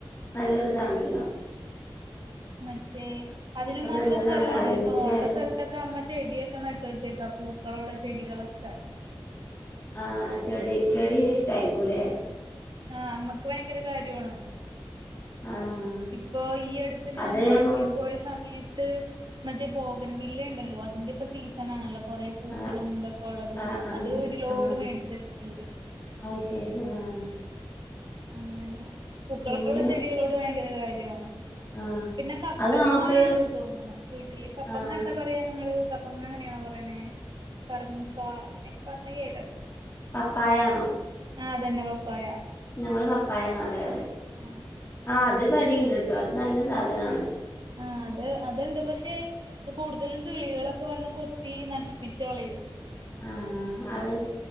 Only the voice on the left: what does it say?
നല്ലൊരു ഇതാണല്ലോ
ഇപ്പൊ
നല്ലതാണല്ലോ
ആരോഗ്യത്തിനായാലും
ആ ചെടി ചെടി ഇഷ്ടായിരിക്കുല്ലെ
ആഹ്
അതെ
അത്
ആഹ്
ആഹ് ആഹ്
ആഹ്
അത് ശരി ആഹ്
പിന്നെ
ആഹ്
അത് നമുക്ക്
ആഹ്
പപ്പായാണോ
ഞങ്ങള് പപ്പായാന്നാറയാറ്
ആ അതിവടീ ണ്ട് ട്ടോ അത് നല്ല സാധനാണ്.
ആഹ് അത്